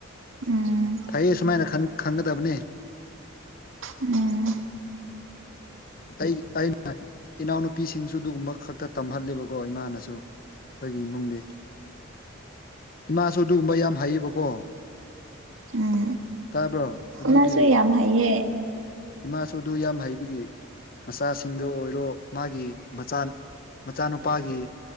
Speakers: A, on the right; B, on the left.
A: ꯎꯝ
B: ꯐꯩꯌꯦ ꯁꯨꯃꯥꯏꯅ ꯈꯪꯒꯗꯕꯅꯦ
A: ꯎꯝ
B: ꯑꯩ ꯑꯩꯅ ꯏꯅꯥꯎꯅꯨꯄꯤꯁꯤꯡꯁꯨ ꯑꯗꯨꯒꯨꯝꯕ ꯈꯛꯇ ꯇꯝꯍꯜꯂꯦꯕꯀꯣ ꯏꯃꯥꯅꯁꯨ ꯑꯩꯈꯣꯏꯒꯤ ꯏꯃꯨꯡꯗꯤ ꯏꯃꯥꯁꯨ ꯑꯗꯨꯒꯨꯝꯕ ꯌꯥꯝ ꯍꯩꯌꯦꯕꯀꯣ
A: ꯎꯝ
B: ꯇꯥꯕ꯭ꯔꯣ ꯑꯗꯨꯒꯤ
A: ꯅꯁꯨ ꯌꯥꯝ ꯍꯥꯏꯌꯦ
B: ꯏꯃꯥꯁꯨ ꯑꯗꯨ ꯌꯥꯝ ꯍꯩꯕꯒꯤ ꯃꯆꯥꯁꯤꯡꯗꯣ ꯑꯣꯏꯔꯣ ꯃꯥꯒꯤ ꯃꯆꯥ ꯃꯆꯥꯅꯨꯄꯥꯒꯤ